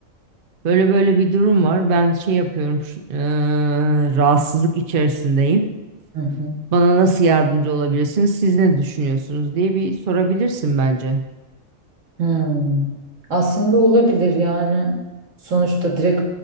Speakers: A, on the right; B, on the right.
A: Böyle böyle bir durum var. Ben şey yapıyorum şu- e, rahatsızlık içerisindeyim.
B: Hı hı.
A: Bana nasıl yardımcı olabilirsiniz? Siz ne düşünüyorsunuz diye bir sorabilirsin bence.
B: Hmm. Aslında olabilir yani. Sonuçta direkt